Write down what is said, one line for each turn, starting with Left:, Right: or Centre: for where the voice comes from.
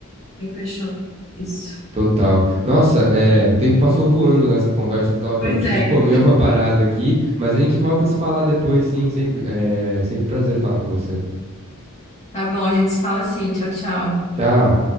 Left: me questiono isso.
Right: Total. Nossa, é, o tempo passou voando nessa conversa top.
Left: Pois
Right: Eu preciso
Left: é.
Right: comer uma parada aqui, mas a gente volta a se falar depois, sim. Sempre, é sempre um prazer falar com você.
Left: Tá bom, a gente se fala assim. Tchau, tchau.
Right: Tchau.